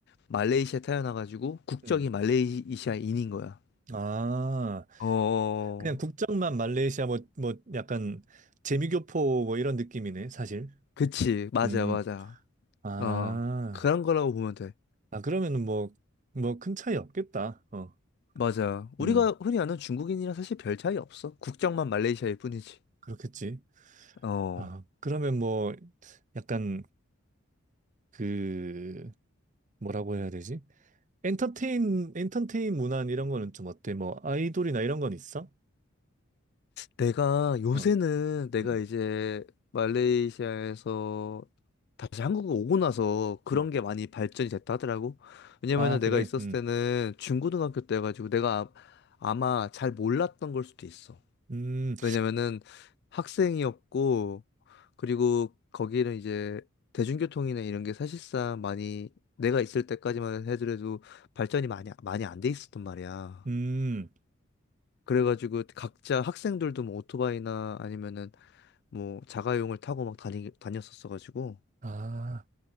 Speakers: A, on the left; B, on the right.
A: 말레이시아 태어나가지고 국적이
B: 음.
A: 말레이시아인인 거야.
B: 아,
A: 어, 어,
B: 그냥
A: 어.
B: 국적만 말레이시아 뭐, 뭐 약간 재미교포 뭐 이런 느낌이네, 사실.
A: 그치. 맞아,
B: 음,
A: 맞아.
B: 아,
A: 어, 그런 거라고 보면 돼.
B: 아, 그러면은 뭐, 뭐 큰 차이 없겠다. 어,
A: 맞아. 우리가
B: 음,
A: 흔히 아는 중국인이랑 사실 별 차이 없어. 국적만 말레이시아일 뿐이지.
B: 그렇겠지.
A: 어,
B: 아, 그러면 뭐 약간 그, 뭐라고 해야 되지? 엔터테인, 엔터테인 문화 이런 거는 좀 어때? 뭐 아이돌이나 이런 건 있어?
A: 내가 요새는
B: 어,
A: 내가
B: 음.
A: 이제 말레이시아에서 다시 한국에 오고 나서 그런
B: 음.
A: 게 많이 발전이 됐다 하더라고. 왜냐면은
B: 아, 그래.
A: 내가 있었을
B: 음.
A: 때는 중고등학교 때여가지고 내가 아, 아마 잘 몰랐던 걸 수도 있어.
B: 음.
A: 왜냐면은 학생이었고, 그리고 거기는 이제 대중교통이나 이런 게 사실상 많이 내가 있을 때까지만 해도 발전이 많이, 많이 안 돼 있었단 말이야.
B: 음.
A: 그래가지고 각자 학생들도 뭐 오토바이나 아니면은 뭐 자가용을 타고 막 다니, 다녔었어가지고.
B: 아,